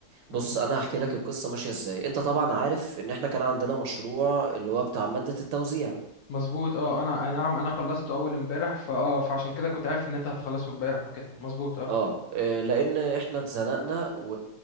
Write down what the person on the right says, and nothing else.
بص
انا هحكي لك القصه ماشيه ازاي انت طبعا عارف ان احنا كان عندنا مشروع اللي هو بتاع ماده التوزيع
اه آه، لان احنا اتزنقنا و...